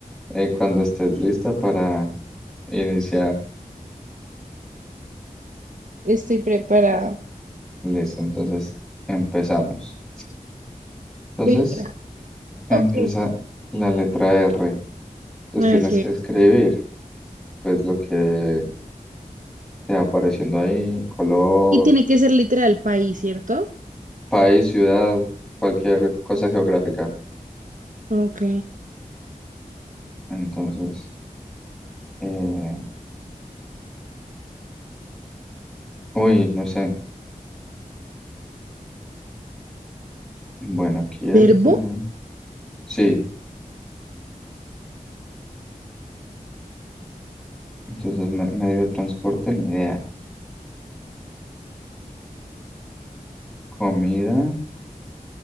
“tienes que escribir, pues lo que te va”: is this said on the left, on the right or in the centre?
Centre